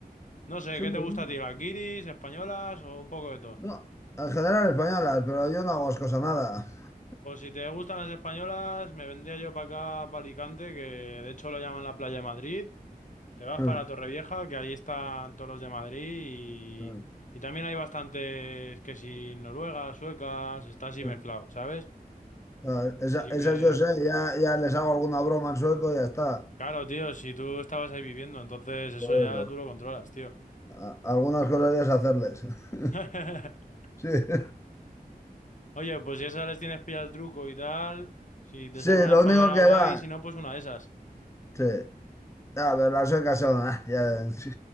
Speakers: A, on the left; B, on the left.
A: No sé,
B: Sí,
A: ¿qué te
B: pues
A: gusta
B: mira.
A: a ti? ¿Las guiris, españolas o un poco de todo?
B: No, en general españolas, pero yo no hago cosa nada. <laughs>
A: Pues si te gustan las españolas, me vendría yo para acá, para Alicante, que de hecho lo llaman la playa de Madrid. Te vas
B: Mm,
A: para Torrevieja, que allí están todos los de Madrid y,
B: mm,
A: y también hay bastantes que si noruegas, suecas, está así
B: mm.
A: mezclado, ¿sabes?
B: Ah, Esa,
A: Así
B: esas
A: que,
B: yo sé, ya, ya les hago alguna broma en sueco y ya está.
A: claro, tío, si tú estabas ahí viviendo, entonces eso
B: Bueno,
A: ya tú lo controlas, tío.
B: a- algunas cosas ya es hacerles. <laughs>
A: <laughs>
B: Sí. <laughs>
A: Oye, pues si esas les tienes pillado el truco y tal, si te
B: Sí,
A: sale una
B: lo
A: española
B: único que
A: guay,
B: va.
A: si no, pues una de esas.
B: Sí. A ver, las suecas son. ah, ya- sí.